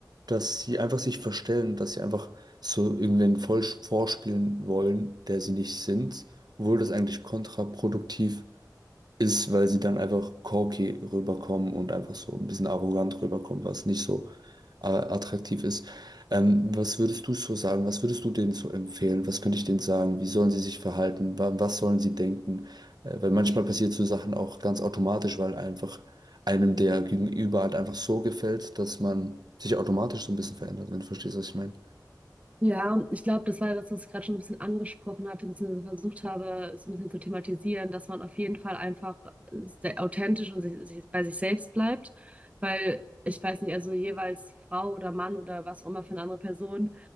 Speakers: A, on the right; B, on the right.
A: dass sie einfach sich verstellen, dass sie einfach so irgendwen voll vorspielen wollen, der sie nicht sind, obwohl das eigentlich kontraproduktiv ist, weil sie dann einfach cocky rüberkommen und einfach so ein bisschen arrogant rüberkommen, was nicht so äh, attraktiv ist. Ähm, was würdest du so sagen? Was würdest du denen so empfehlen? Was könnte ich denen sagen? Wie sollen sie sich verhalten? Wa- Was sollen sie denken? Äh, weil manchmal passiert so Sachen auch ganz automatisch, weil einfach einem der Gegenüber halt einfach so gefällt, dass man sich automatisch so ein bisschen verändert, wenn du verstehst, was ich meine.
B: Ja, ich glaube, das war das, was ich gerade schon ein bisschen angesprochen hatte, beziehungsweise versucht habe, es ein bisschen zu thematisieren, dass man auf jeden Fall einfach äh, sehr authentisch und sich, sich, bei sich selbst bleibt, weil ich weiß nicht, also jeweils Frau oder Mann oder was auch immer für eine andere Person,